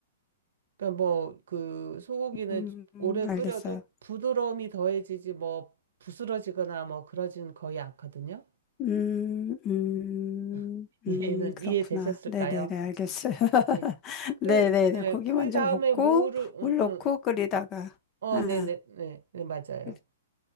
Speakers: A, on the right; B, on the left.
A: 그러니까 뭐 그 소고기는
B: 음, 음,
A: 오래 끓여도
B: 알겠어요.
A: 부드러움이 더해지지 뭐 부스러지거나 뭐 그러진 거의 않거든요.
B: 음, 음,
A: <laughs> 이해는
B: 음, 그렇구나.
A: 이해되셨을까요?
B: 네네네, 알겠어요. <laughs>
A: 네. 그,
B: 네네네,
A: 네,
B: 고기
A: 그
B: 먼저
A: 다음에
B: 볶고,
A: 무를, 응,
B: 물 넣고
A: 응.
B: 끓이다가,
A: 어,
B: 아,
A: 네네, 네, 네, 네, 맞아요.
B: 끓-